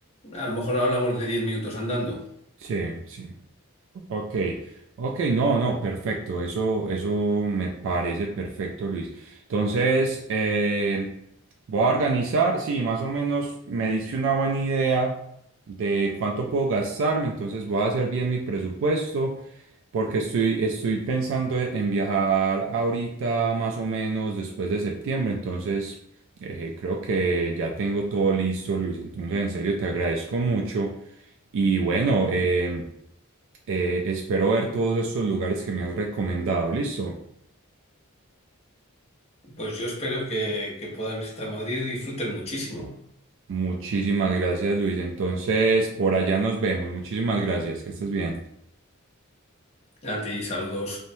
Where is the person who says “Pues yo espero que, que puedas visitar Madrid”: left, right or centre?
Left